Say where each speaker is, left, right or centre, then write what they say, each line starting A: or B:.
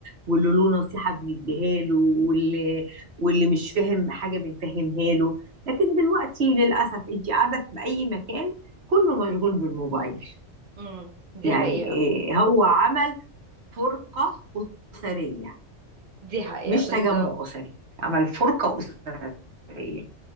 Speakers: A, on the right; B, on the right.
A: واللي له نصيحة بنديها له واللي واللي مش فاهم حاجة بنفهمها له لكن دلوقتي للأسف أنت قاعدة في أي مكان كله مشغول بالموبايل
B: امم دي
A: يعني
B: حقيقة
A: آه، هو عمل فرقة أسرية
B: دي حقيقة
A: مش
B: بالظبط
A: تجمع أسري عمل فرقة أسرية